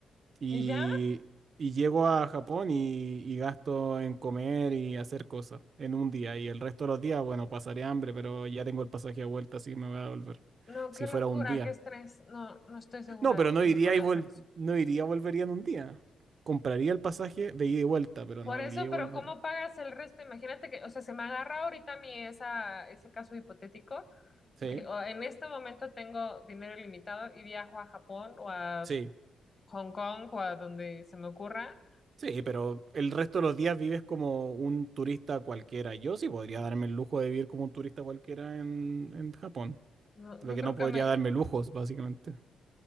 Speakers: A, on the right; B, on the left.
A: Y,
B: ¿Y ya?
A: y llego a Japón y, y gasto en comer y hacer cosas en un día. Y el resto de los días, bueno, pasaré hambre, pero ya tengo el pasaje de vuelta, así que me voy a volver.
B: No,
A: Si
B: qué
A: fuera
B: locura,
A: un día.
B: qué estrés. No, no estoy segura
A: No, pero
B: de que
A: no iría
B: yo podría
A: y vol-
B: hacer eso.
A: no iría, volvería en un día. Compraría el pasaje de ida y vuelta, pero
B: Por
A: no
B: eso,
A: iría y volvería.
B: pero ¿cómo pagas el resto? Imagínate que, o sea, se me agarra ahorita mi esa, ese caso hipotético,
A: Sí,
B: que o, en este momento tengo dinero ilimitado y viajo a Japón o a
A: sí,
B: Hong Kong o a donde se me ocurra.
A: sí, pero el resto de los días vives como un turista cualquiera. Yo sí podría darme el lujo de vivir como un turista cualquiera en, en Japón.
B: No,
A: Lo
B: yo
A: que
B: creo
A: no podría
B: que me...
A: darme lujos, básicamente.